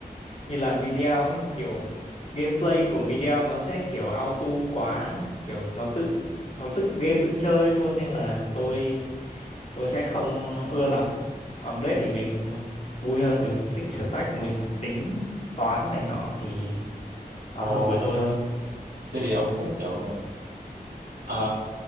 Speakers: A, on the left; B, on the right.
A: như là Mediao ấy kiểu gameplay
B: Ừ.
A: của Mediao nó sẽ kiểu auto quá kiểu nó tự nó tự game tự chơi luôn nên là tôi tôi sẽ không ưa lắm còn Blade thì mình vui hơn mình tích stack mình tính toán này nọ thì nó
B: Ồ,
A: hợp với tôi hơn
B: thế thì ông thích kiểu ờ,